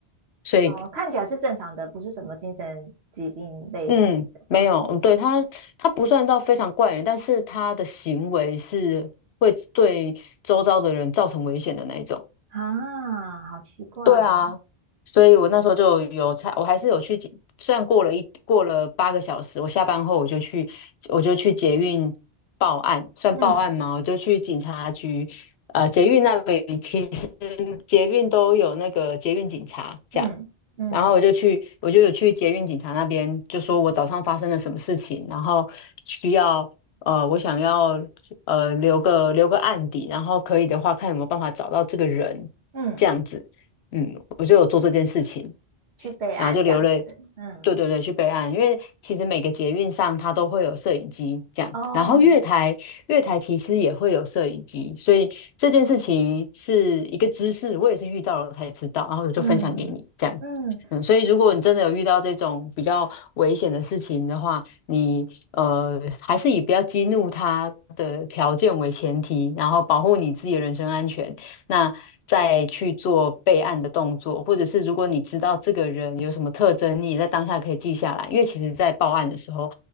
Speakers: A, on the left (about 80°); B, on the right (about 80°).
A: 所以
B: 哦，看起来是正常的，不是什么精神疾病类型的，
A: 嗯，没有，嗯，对，他，他不算到非常怪人，但是他的行为是会对周遭的人造成危险的那一种。
B: 啊，好奇怪。
A: 对啊，所以我那时候就有才，我还是有去捷，虽然过了一过了八个小时，我下班后我就去，我就去捷运报案，算报案吗？
B: 嗯
A: 我就去警察局，呃，捷运那里其实捷运都有那个捷运警察。这样。
B: 嗯嗯
A: 然后我就去，我就有去捷运警察那边，就说我早上发生了什么事情，然后需要呃，我想要呃留个留个案底，然后可以的话看有没有办法找到这个人，
B: 嗯，
A: 这样子，嗯，我就有做这件事情。
B: 去备案这样子，
A: 然后就留了，
B: 嗯
A: 对对对，去备案，因为其实每个捷运上它都会有摄影机这样，
B: 哦，
A: 然后月台月台其实也会有摄影机，所以这件事情是一个知识，我也是遇到了才知道，然后我就分享给你这样。
B: 嗯嗯，
A: 嗯，所以如果你真的有遇到这种比较危险的事情的话，你呃还是以不要激怒他的条件为前提，然后保护你自己的人身安全。那再去做备案的动作，或者是如果你知道这个人有什么特征，你也在当下可以记下来，因为其实在报案的时候，